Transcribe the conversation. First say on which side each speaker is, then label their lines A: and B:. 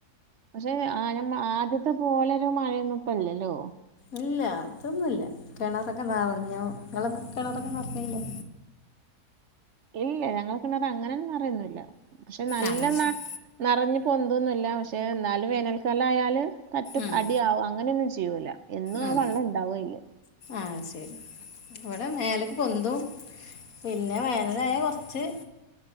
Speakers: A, on the right (about 60°); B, on the left (about 60°).
A: പക്ഷെ ആ ആദ്യത്തെ പോലെരു മഴയൊന്നും ഇപ്പല്ലല്ലോ
B: ഇല്ല അതൊന്നുല്ല കെണറൊക്കെ നെറഞ്ഞോ നിങ്ങളെ കെണറൊക്കെ നെറഞ്ഞല്ലോ
A: ഇല്ല ഞങ്ങക്കിങ്ങനെത അങ്ങനെന്നും നെറയൊന്നില്ല പക്ഷെ നല്ലോണം
B: ആ ശരി
A: നെറഞ്ഞ് പൊന്തൊന്നുല്ല പക്ഷെ എന്നാലും വേനൽക്കാലം ആയാല് തട്ട്
B: ഉം
A: അടിയാവുംഅങ്ങനെയൊന്നും ചെയ്യൂല്ല എന്നും
B: ഉം.
A: ആ വെള്ളം ഇണ്ടാവയില്
B: ആ ശരി അവിടെ മേലക്ക് പൊന്തും പിന്നെ വേനലായൽ കൊറ ച്ച്